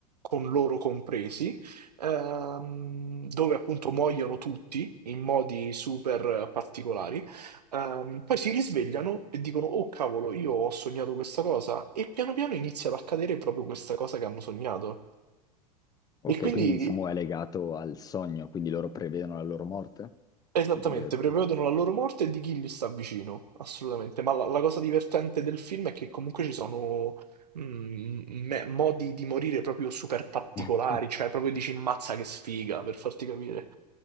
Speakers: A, on the right; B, on the left.
A: con loro compresi ehm, dove appunto muoiono tutti in modi super particolari. Ehm, poi si risvegliano e dicono: Oh cavolo, io ho sognato questa cosa. E piano piano inizia ad accadere proprio questa cosa che hanno sognato.
B: Ok,
A: E quindi.
B: quindi diciamo è legato al sogno, quindi loro prevedono la loro morte?
A: Esattamente,
B: Si può dire così?
A: prevedono la loro morte e di chi gli sta vicino, assolutamente. Ma la, la cosa divertente del film è che comunque ci sono mm, me- modi di morire proprio super particolari,
B: <laughs>
A: cioè proprio dici mazza che sfiga, per farti capire.